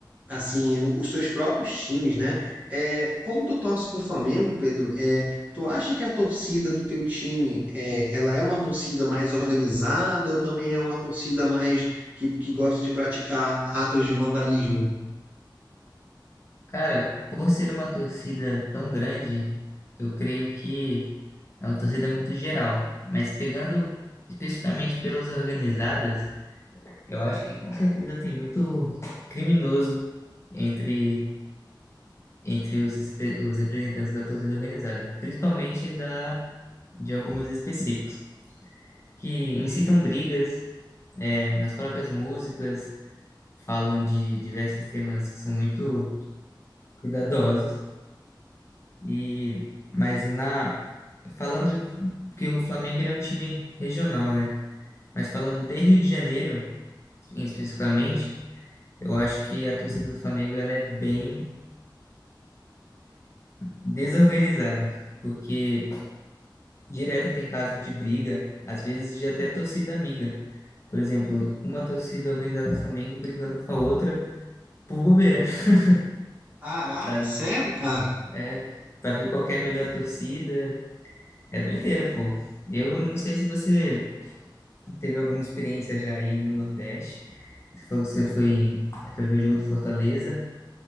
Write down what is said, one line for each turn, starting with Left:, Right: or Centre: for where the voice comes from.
Right: assim os seus próprios times, né? É, como tu torce para o Flamengo, Pedro, é, tu acha que a torcida do teu time é, ela é uma torcida mais organizada ou também é uma torcida mais que, que gosta de praticar atos de vandalismo?
Left: Cara, por ser uma torcida tão grande, eu creio que é uma torcida muito geral. Mas pegando especificamente pelas organizadas, eu acho que com certeza tem muito criminoso entre, entre os, espe- os representantes da torcida organizada, principalmente da, de algumas específicos, que incitam brigas, é, nas próprias músicas, falam de diversos temas que são muito cuidadosos. E mas na falando que o Flamengo ele é um time regional, né? Mas falando de Rio de Janeiro, em- especificamente, eu acho que a torcida do Flamengo ela é bem desorganizada, porque direto tem caso de briga, às vezes de até torcida amiga. Por exemplo, uma torcida organizada do Flamengo brigando com a outra por bobeira, <laughs>
Right: Caraca,
Left: sabe?
Right: sério, cara?
Left: É, pra ver qual que é a melhor torcida, é doideira, pô. Eu não sei se você Teve alguma experiência já aí no Nordeste? Você falou que você foi, foi ver o jogo do Fortaleza